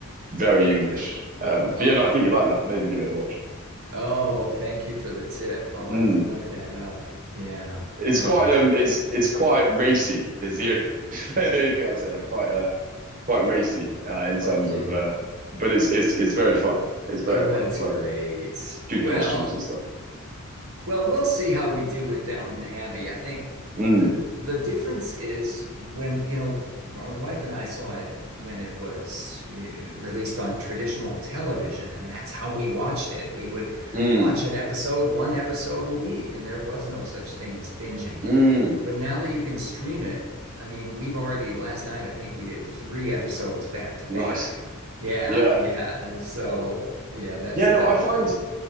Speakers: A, on the right (about 40°); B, on the right (about 75°).
A: very English. Um,
B: Oh,
A: but yeah, no, I think you like that. Maybe give it a watch.
B: oh, well, thank you for the tip. I'll
A: Mm.
B: have to look that up. Yeah.
A: It's
B: Oh,
A: quite um, it's it's quite racy. Is the only, <laughs> the only thing I'd say like quite uh quite racy uh, in terms
B: okay.
A: of uh, but it's it's it's very fun. It's very
B: Oh,
A: fun.
B: that's
A: It's worth
B: great.
A: good
B: Well,
A: costumes and stuff.
B: Well, we'll see how we do with Downton Abbey. I think
A: Mm,
B: the the difference is when, you know, my wife and I saw it when it was eh, released on traditional television, and that's how we watched it. We would
A: mm,
B: watch an episode, one episode a week, and there was no such thing as binging.
A: mm.
B: But now that you can stream it, I mean, we've already last night, I think we did three episodes back to back.
A: Nice.
B: Yeah,
A: Yeah.
B: yeah. And so, yeah, that's
A: Yeah,
B: definitely.
A: no, I find